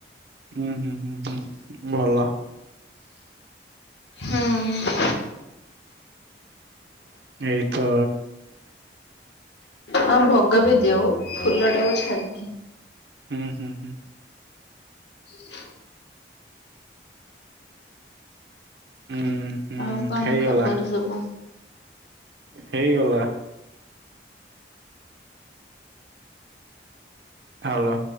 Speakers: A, on the right; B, on the left.
A: ହୁଁ ହୁଁ ହୁଁ ହୁଁ ଭଲ।
B: ହୁଁ।
A: ଏଇ ତ
B: ହଁ ଭୋଗ ବି ଦିଅଉ ଫୁଲ ଟାକୁ ଛାଡିକି।
A: ହୁଁ ହୁଁ ହୁଁ।
B: ହଁ
A: ହୁଁ ହୁଁ
B: ଆଉ କଣ
A: ହେଇଗଲା
B: ଖବର ସବୁ?
A: ହେଇଗଲା। ହାଲୋ।